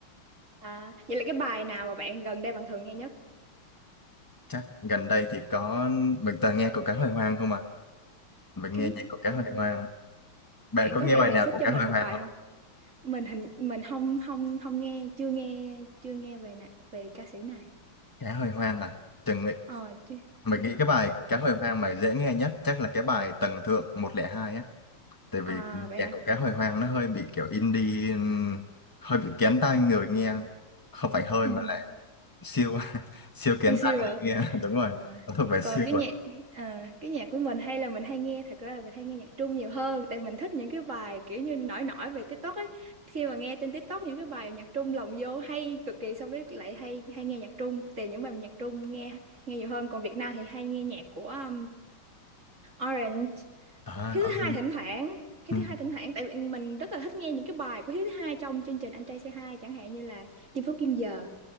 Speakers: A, on the right; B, on the left.
A: à vậy là cái bài nào mà bạn gần đây bạn thường nghe nhất
B: chắc gần đây thì có mình toàn nghe của cái hồi hoang không à mình
A: cái
B: nghe nhạc của cái
A: à
B: hồi hoang bạn
A: Bạn
B: có
A: có
B: nghe
A: thể
B: bài
A: đề
B: nào
A: xuất
B: của
A: cho
B: cái
A: mình
B: hồi
A: một
B: hoang
A: bài
B: không
A: không? Mình hình mình không không không nghe, chưa nghe chưa nghe về này, về ca sĩ này.
B: Cá hồi hoang à? Chừng nghĩ,
A: Ờ chưa, chưa
B: mình
A: nghe.
B: nghĩ cái bài cá hồi hoang mà dễ nghe nhất chắc là cái bài Tầng Thượng một không hai á. Tại vì
A: À
B: Ừ.
A: vậy
B: nhạc
A: hả?
B: của cá hồi hoang nó hơi bị kiểu indie, ừm, hơi bị kén tai người nghe. Không phải hơi
A: Ừ.
B: mà là siêu <laughs> siêu kén
A: <laughs> Siêu
B: tai
A: à.
B: người nghe. <laughs> Đúng rồi,
A: À,
B: nó thuộc về siêu
A: còn cái
B: rồi.
A: nhạc à, cái nhạc của mình hay là mình hay nghe thật ra là mình hay nghe nhạc Trung nhiều hơn tại mình thích những cái bài kiểu như nổi nổi về TikTok ấy khi mà nghe trên TikTok những cái bài nhạc Trung lồng vô hay cực kỳ xong cái lại hay hay nghe nhạc Trung tìm những bài nhạc Trung nghe nghe nhiều hơn còn Việt Nam thì hay nghe nhạc của um, Orange
B: À,
A: Hiếu thứ
B: à,
A: hai thỉnh thoảng Hiếu
B: ừ,
A: thứ hai thỉnh thoảng tại vì mình rất là thích nghe những cái bài của Hiếu thứ hai trong chương trình Anh trai Say Hi chẳng hạn như là Chinh Phú Kim Giờ